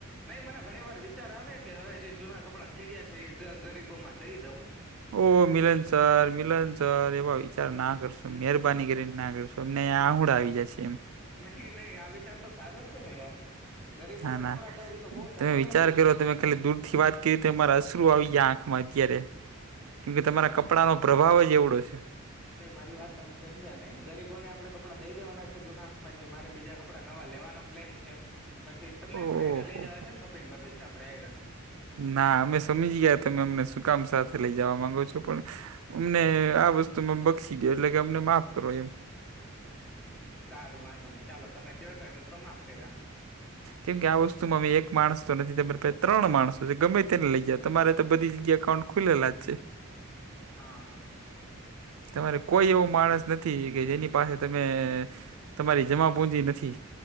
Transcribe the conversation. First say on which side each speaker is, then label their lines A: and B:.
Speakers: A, in the centre; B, on the right (about 75°).
A: નહી મને ઘણી વાર વિચાર આવે કે હવે જે જૂના કપડાં થઈ ગયા છે એ ગરીબોમાં દઈ દવું
B: ઓહ મિલન સર મિલન સર એવાય વિચાર ના કરશું મહેરબાની કરીન ના કરશું અમને આહુડા આવી જશે એમ
A: નહી નહીં આ વિચાર તો સારો જ છે ને યાર ગરીબોને
B: હા ના
A: કપડાં દઉં એ તો બહુ સારું
B: તમે વિચાર
A: ન કહેવાય
B: કરો તમે ખાલી દૂધ થી વાત કરી તો ય મારા અશ્રુ આવી ગયા આંખમાં અતયારે કેમકે તમારા કપડા નો પ્રભાવ જ એવડો છે
A: નઈ મારી વાત તમે સમજ્યા નઈ ગરીબોને આપડે કપડા દઈ દેવાના છે જૂના પછી મારે બીજા કપડા નવા લેવાના પ્લેન છે પછી તમને
B: ઓહો!
A: પણ હાઈર લઈ જવા છે શોપિંગ કરવી છે આપડે હાઈર
B: ના અમે સમજી ગયા તમે અમને શું કામ સાથે લઇ જવા માંગો છો પણ અમને આ વસ્તુમાં બક્ષી દે એટલે કે અમને માફ કરો એમ
A: સારું વાંધો નઈ ચાલો તમે કયો છો એટલે તો માફ કર્યા
B: કેમ કે આ વસ્તુમાં અમે એક માણસ તો નથી તમારે પછ ત્રણ માણસો છે ગમે તેને લઈ જ તમારે તો બધી જગ્યા એકાઉન્ટ ખુલેલા જ છે
A: હા હા
B: તમારે કોઈ એવો માણસ નથી કે જેની પાસે તમે તમારી જમા પુંજી નથી